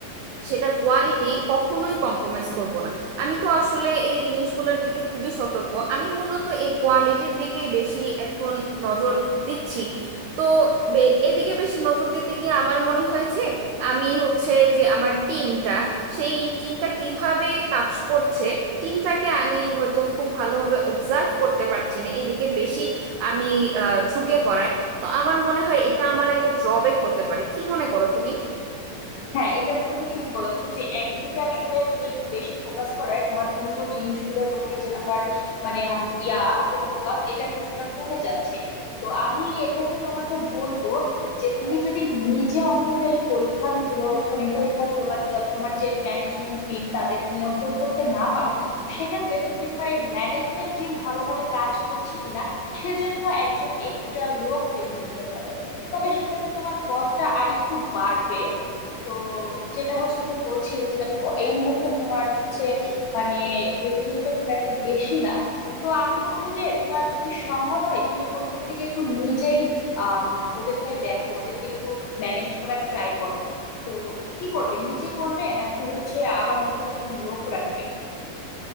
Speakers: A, on the right (about 85°); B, on the left (about 80°).
A: সেটার কোয়ালিটি কখনোই কম্প্রোমাইজ করব না আমি তো আসলে এই জিনিসগুলোর দিকে খুবই সতর্ক আমি মূলত এই কোয়ালিটির দিকেই বেশি এখন নজর দিচ্ছি তো বে- এদিকে বেশি নজর দিতে গিয়ে আমার মনে হয়েছে আমি হচ্ছে যে আমার টিমটা সেই টিমটা কিভাবে কাজ করছে টিমটাকে আমি হয়তো খুব ভালোভাবে অবজার্ভ করতে পারছি না এদিকে বেশি আমি আহ ঝুঁকে পড়ায় তো আমার মনে হয় এটা আমার একটা ড্রব্যাক হতে পারে কি মনে করো তুমি
B: হ্যাঁ এটা তুমি ঠিক বলেছো যে একদিকে আসলে তুমি একটু বেশি ফোকাস করায় তোমার অন্য জিনিসগুলোর প্রতি যে তোমার মানে ইয়া যে ফোকাস এটা কিছুটা কমে যাচ্ছে তো আমি এক্ষেত্রে তোমাকে বলবো যে তুমি যদি নিজে অন্তত এই পরীক্ষাগুলো মানে পরীক্ষাগুলো বা তা- তোমার যে ম্যানেজমেন্ট টিম তাদের নিয়ন্ত্রণ করতে না পারো সেক্ষেত্রে তুমি তোমার এই ম্যানেজমেন্ট টিম ভালোভাবে কাজ করছে কিনা সেজন্য একজন এক্সট্রা লোক রেখে নিতে পারো তবে সেক্ষেত্রে তোমার কস্টটা আর একটু বাড়বে তো যেটা হচ্ছে তুমি বলছিলে যে প- এই মুহূর্তে তোমার হচ্ছে মানে রেভিনিউটা খুব একটা বেশি না তো আমি বলবো যে তোমার যদি সম্ভব হয় তুমি প্রথম থেকে একটু নিজেই আম, ওদেরকে দেখো ওদেরকে একটু ম্যানেজ করার ট্রাই করো তো কি করবে নিজে করবে নাকি হচ্ছে আবার নতুন একজন লোক রাখবে